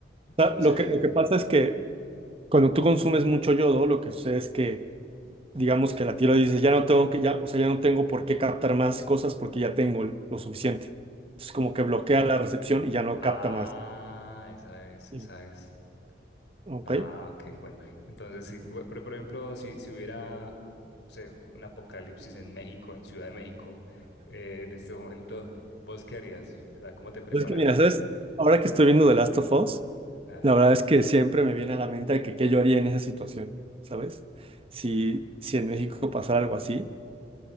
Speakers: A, on the left; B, on the right.
A: Entonces,
B: sea, Lo que, lo que pasa es que cuando tú consumes mucho yodo, lo que sucede es que, digamos que la tiroides dice, ya no tengo que, ya, o sea, ya no tengo por qué captar más cosas porque ya tengo el- lo suficiente. Entonces, como que bloquea la recepción y ya no
A: ah,
B: capta más.
A: esa es,
B: Sí.
A: esa es.
B: Ok.
A: Ah, ok, bueno. Entonces, sí, bu- pero por ejemplo, si, si hubiera, no sé, un apocalipsis en México, en Ciudad de México, eh, en este <laughs> momento, ¿vos qué harías? O sea, ¿cómo te prepararías
B: Pues es que mira, ¿sabes?
A: para eso?
B: Ahora que estoy viendo The Last of Us,
A: Ah,
B: la verdad es que siempre me viene a la mente de que qué yo haría en esa situación, ¿sabes? Si, si en México pasara algo así.